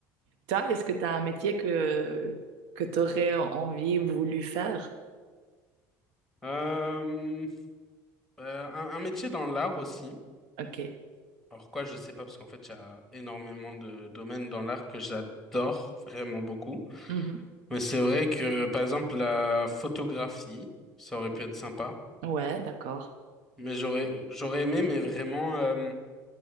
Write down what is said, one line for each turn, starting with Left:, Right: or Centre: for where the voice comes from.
Right: toi, est-ce que tu as un métier que, que tu aurais envie ou voulu faire?
Centre: Euh, euh, un, un métier dans l'art aussi.
Right: Ok.
Centre: Alors quoi, je sais pas parce qu'en fait, il y a énormément de domaines dans l'art que j'adore vraiment beaucoup.
Right: Mhm.
Centre: Mais c'est vrai que, par exemple, la photographie, ça aurait pu être sympa.
Right: Ouais, d'accord.
Centre: Mais j'aurais, j'aurais aimé, mais vraiment, euh,